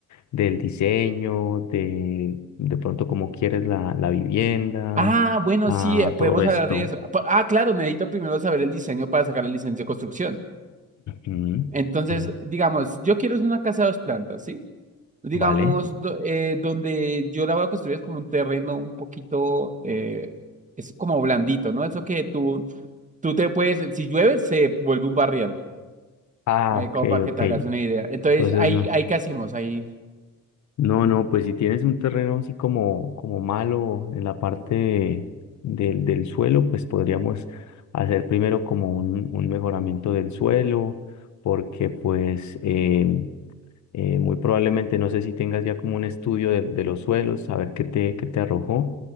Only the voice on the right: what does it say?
Ah, bueno,
sí, eh, podemos
hablar de eso. Pa- Ah, claro, necesito primero saber el diseño para sacar la licencia de construcción.
Entonces,
digamos, yo quiero es una casa de dos plantas, ¿sí? Digamos,
do- eh, donde yo la voy a construir es como un terreno un poquito, eh, es como blandito, ¿no? Eso que tú, tú te puedes, si llueve, se vuelve un barrial.
Ahí
como para que
te hagas una idea. Entonces,
ahí,
ahí ¿qué hacemos? Ahí.